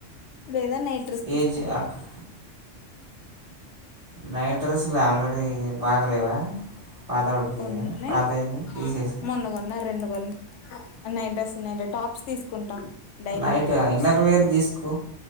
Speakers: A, on the left; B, on the right.
A: లేదా నైట్ డ్రెస్ తీసుకుంటా.
B: ఏజ్ అక్కడ నైట్ డ్రెస్సులు ఆల్రెడీ బాగలేవా. పాత పడిపోయినాయ
A: ఉన్నాయి
B: పాతయన్ని తీసేసై
A: మొన్న కొన్నా రెండు నైట్ డెస్ ఉన్నాయి టాప్స్. తీసుకుంటా daily
B: night
A: wear tops
B: inner wear తీసుకో